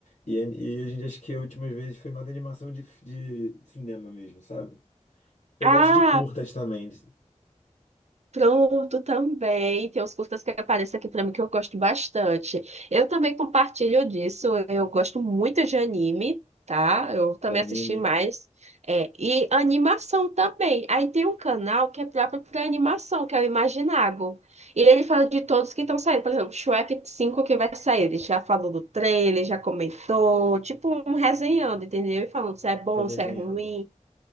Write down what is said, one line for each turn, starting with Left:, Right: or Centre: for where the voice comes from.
Left: E, an- e hoje em dia acho que a última vez foi mais animação de, f- de cinema mesmo, sabe? Eu
Right: Ah,
Left: gosto de curtas também, de,
Right: pronto, também. Tem uns curtas que aparecem aqui pra mim que eu gosto bastante. Eu também compartilho disso. Eu gosto muito de anime, tá? Eu também
Left: de anime,
Right: assisti mais. É, e animação também. Aí tem um canal que é próprio para animação, que é o Imaginago. E ele fala de todos que estão saindo. Por exemplo, Shrek cinco que vai sair. Ele já falou do trailer, já comentou. Tipo, um resenhando, entendeu? E falando se é bom,
Left: com resenhando.
Right: se é ruim.